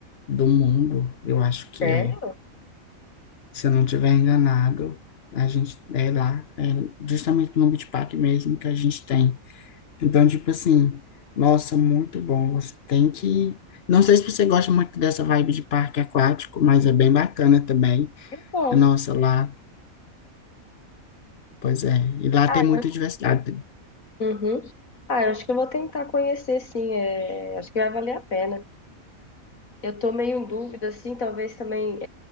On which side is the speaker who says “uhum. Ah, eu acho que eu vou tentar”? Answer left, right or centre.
Left